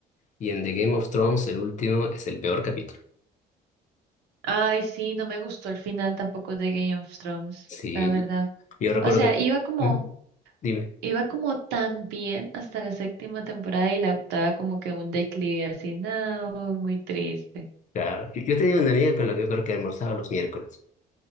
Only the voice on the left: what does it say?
Y en The Game of Thrones el último es el peor capítulo.
Sí,
yo recuerdo
que...
¿Mm? Dime.
Claro. Y- Yo tenía una amiga con la que yo creo que almorzaba los miércoles